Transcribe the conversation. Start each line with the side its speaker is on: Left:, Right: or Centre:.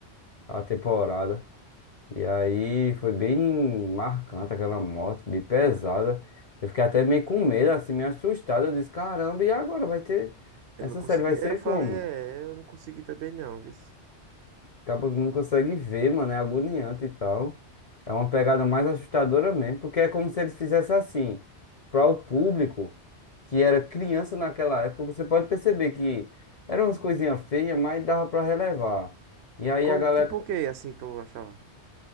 Left: a temporada. E aí foi bem marcante aquela morte, bem pesada. Eu fiquei até meio com medo, assim, meio assustado. Eu disse, caramba, e agora vai ter.
Right: Eu
Left: Essa
Right: não consegui,
Left: série vai
Right: eu
Left: ser
Right: falei,
Left: como?
Right: é, eu não consegui também não, viu?
Left: Acaba que não consegue ver, mano, é agoniante e tal. É uma pegada mais assustadora mesmo, porque é como se eles fizessem assim, para o público que era criança naquela época, você pode perceber que eram umas coisinhas feias, mas dava para relevar. E aí
Right: Como,
Left: a galera,
Right: tipo o quê, assim, tu achava?